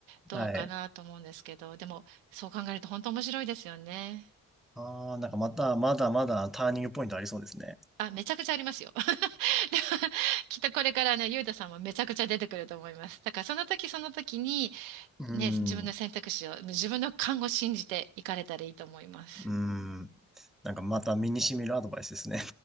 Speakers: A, on the right; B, in the centre.
A: どうかなと思うんですけど、
B: はい。
A: でもそう考えると本当面白いですよね。
B: ああ、なんかまた、まだまだターニングポイントありそうですね。
A: あ、めちゃくちゃありますよ。<laughs> できっとこれからね、ゆうたさんもめちゃくちゃ出てくると思います。だからその時その時に、
B: うん。
A: ね、自分の選択肢を、自分の勘を信じていかれたらいいと思います。
B: うん。なんかまた身に染みるアドバイスですね。